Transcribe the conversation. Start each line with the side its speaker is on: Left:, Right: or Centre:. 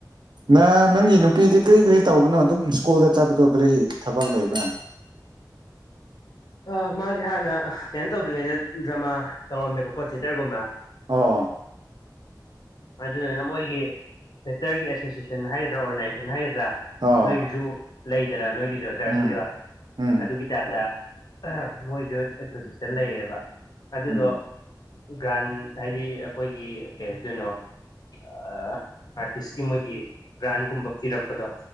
Right: ꯅ ꯅꯪꯒꯤ ꯅꯨꯄꯤꯗꯤ ꯀꯔꯤ ꯀꯔꯤ ꯇꯧꯕꯅꯣ ꯁ꯭ꯨꯜꯗ ꯆꯄ ꯀꯔꯤ ꯊꯕꯛ ꯂꯩꯕꯅ
Left: ꯑ ꯃꯥꯗꯤ ꯍꯥꯟꯅ ꯀꯩꯅꯣ ꯇꯧꯗ꯭ꯔꯤꯉꯩꯗ ꯗ꯭ꯔꯃꯥ ꯇꯧꯔꯝꯃꯦꯕꯀꯣ ꯊꯤꯦꯇꯔꯒꯨꯝꯕ
Right: ꯑꯣ
Left: ꯑꯗꯨꯅꯅ ꯃꯣꯏꯒꯤ ꯁꯦꯇꯔꯒꯤ ꯑꯦꯁꯣꯁꯤꯌꯦꯁꯟ ꯍꯥꯏꯒꯗ꯭ꯔꯥ ꯑꯣꯔꯒꯅꯥꯏꯦꯁꯟ ꯍꯥꯏꯒꯗ꯭ꯔꯥ ꯅꯠꯇ꯭ꯔ
Right: ꯑꯣ
Left: ꯅꯣꯏꯒꯤꯁꯨ ꯂꯩꯖꯦ ꯅꯣꯏꯒꯤꯁꯨ ꯆꯥꯔꯖꯀꯤꯗꯣ
Right: ꯎꯝ ꯎꯝ
Left: ꯑꯗꯨꯒꯤ ꯇꯥꯏꯞꯇ ꯃꯣꯏꯁꯨ ꯑꯦꯁꯣꯁꯤꯌꯦꯁꯟ ꯂꯩꯌꯦꯕ ꯑꯗꯨꯗ
Right: ꯎꯝ
Left: ꯒ꯭ꯔꯥꯟ ꯍꯥꯏꯗꯤ ꯑꯩꯈꯣꯏꯒꯤ ꯀꯩꯗꯣꯏꯅꯣ ꯑꯥꯔꯇꯤꯁꯀꯤ ꯃꯣꯏꯒꯤ ꯒ꯭ꯔꯥꯟꯒꯨꯝꯕ ꯄꯤꯔꯛꯄꯗꯣ